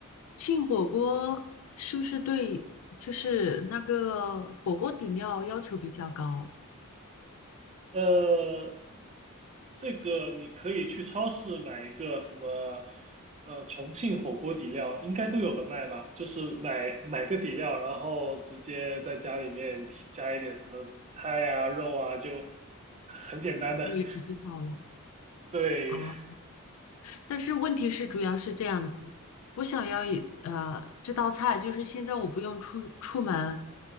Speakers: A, on the left (about 75°); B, on the right (about 30°).
A: 庆火锅是不是对就是那个火锅底料要求比较高？
B: 呃，这个你可以去超市买一个什么，呃，重庆火锅底料，应该都有的卖吧？就是买买个底料，然后直接在家里面提加一点什么菜啊、肉啊，就很简单的。
A: 就可以直接搞了。
B: <laughs> 对，
A: 哦，但是问题是，主要是这样子，我想要一呃这道菜，就是现在我不用出出门，